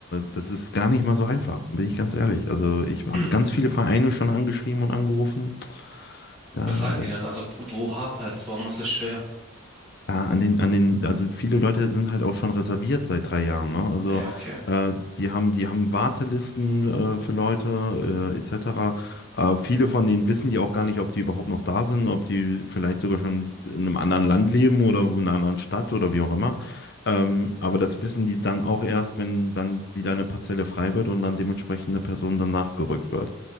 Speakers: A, on the left; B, in the centre.
A: das ist gar nicht mal so einfach, bin ich ganz ehrlich. Also ich habe
B: <clears throat>
A: ganz viele Vereine schon angeschrieben und angerufen. Ja,
B: Was sagen die dann? Also wo hapert's? Warum ist es schwer?
A: Ja, an den, an den, also viele Leute sind halt auch schon reserviert seit drei Jahren, ne? Also
B: Ja, okay.
A: äh, die haben, die haben Wartelisten äh, für Leute äh, etc. Äh, viele von denen wissen ja auch gar nicht, ob die überhaupt noch da sind, ob die vielleicht sogar schon in einem anderen Land leben oder wo- in einer anderen Stadt oder wie auch immer. Ähm, aber das wissen die dann auch erst, wenn dann wieder eine Parzelle frei wird und dann dementsprechend eine Person danach gerückt wird.